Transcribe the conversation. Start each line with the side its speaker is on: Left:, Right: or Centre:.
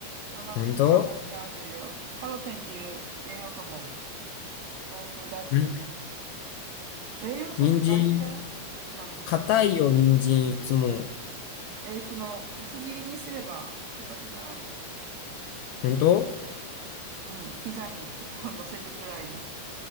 Right: 甘み、
Left: ほんと
Right: 甘みあるよ。カロテンっていう栄養素も豊富だし、
Left: ん
Right: 栄養素って大事だよ。
Left: 人参、
Right: ビタミンとか。
Left: 硬いよ、人参いつも。
Right: えーその、薄切りにすれば硬くない。
Left: ほんと
Right: うん、ピザにちょっと <laughs> 乗せるぐらいの。